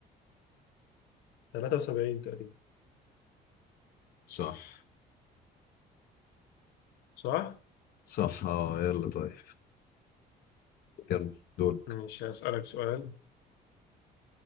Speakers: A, on the left; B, on the left.
A: 73 تقريبا
B: صح
A: صح؟
B: صح اه يلا طيب كمل دورك
A: ماشي هسألك سؤال